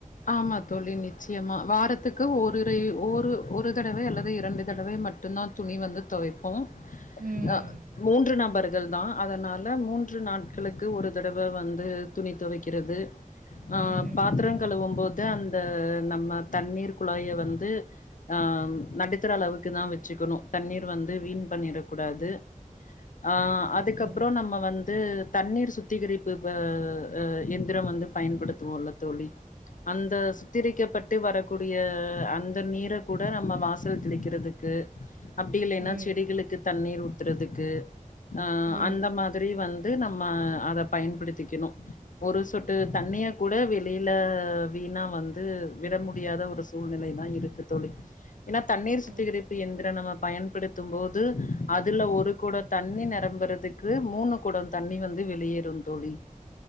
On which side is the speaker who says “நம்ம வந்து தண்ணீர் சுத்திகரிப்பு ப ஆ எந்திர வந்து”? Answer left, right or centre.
Left